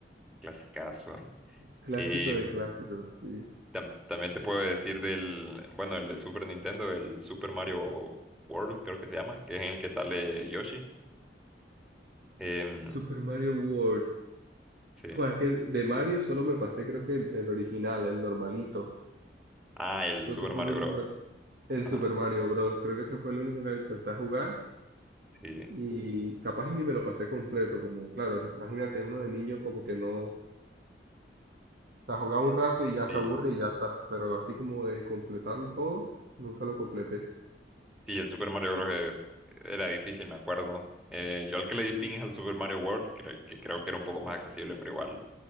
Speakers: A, in the centre; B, on the right (about 60°).
A: Clasicazo.
B: clásico
A: Y
B: de clásicos, sí.
A: tam- también te puedo decir del, bueno, el de Super Nintendo, el Super Mario World, creo que se llama, que es en el que sale Yoshi. Em,
B: Super Mario World.
A: sí.
B: Fue es que de Mario solo me pasé, creo que el, el original, el normalito.
A: Ah, el
B: Creo
A: Super
B: que fue
A: Mario
B: el único
A: Bros.
B: que- El
A: Ajá.
B: Super Mario Bros. Creo que ese fue el único que alcancé a jugar.
A: Sí.
B: Y capaz y ni me lo pasé completo. Como, claro, imagínate uno de niño como que no. O sea, jugaba un rato y ya
A: Sí,
B: se aburre y ya está. Pero así como de completarlo todo, nunca lo completé.
A: sí, el Super Mario Bros. es- era difícil, me acuerdo. Eh, yo al que le di fin es al Super Mario World, cre- que creo que era un poco más accesible, pero igual